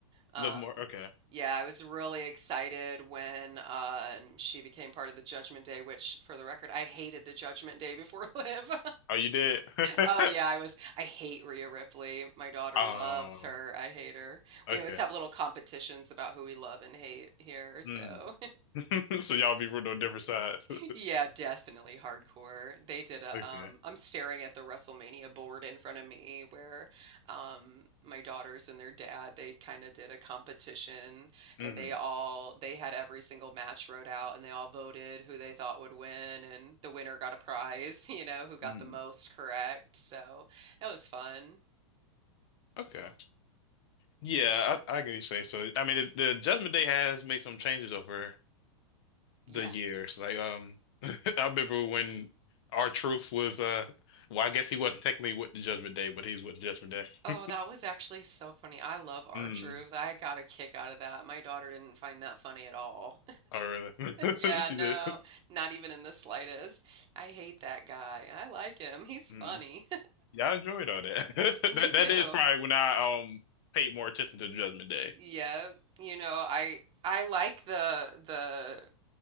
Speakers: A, on the right; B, on the left.
A: Um,
B: Live more. Okay.
A: Yeah, I was really excited when um, she became part of the Judgment Day, which, for the record, I hated the Judgment Day before <laughs> Liv.
B: Oh, you did. <laughs>
A: Oh, yeah, I was. I hate Rhea Ripley. My daughter
B: Um.
A: loves her. I hate her. We
B: Okay.
A: always have little competitions about who we love and hate here, so.
B: Mm. <laughs> So y'all be rooting on different sides. <laughs>
A: Yeah, definitely hardcore. They did a
B: Okay.
A: um I'm staring at the WrestleMania board in front of me where um my daughters and their dad, they kind of did a competition
B: Mm.
A: and they all they had every single match wrote out and they all voted who they thought would win and the winner got a prize, <laughs> you know, who got
B: Mm.
A: the most correct. So, that was fun.
B: Okay. Yeah, I, I can say so. I mean, the, the Judgment Day has made some changes over
A: Yeah.
B: the years. Like, um, <laughs> I remember when our truth was, uh, well, I guess he wasn't technically with the Judgment Day, but he's with the Judgment Day.
A: Oh, that was actually so funny. I love R-Truth.
B: Mm.
A: I got a kick out of that. My daughter didn't find that funny at all.
B: Oh, really?
A: Yeah,
B: <laughs> She
A: no,
B: did.
A: not even in the slightest. I hate that guy. I like him. He's funny.
B: Mm. Yeah, I enjoyed all that.
A: <laughs>
B: <laughs>
A: Me
B: That
A: too.
B: that is probably when I um paid more attention to Judgment Day.
A: Yeah, you know, I I like the the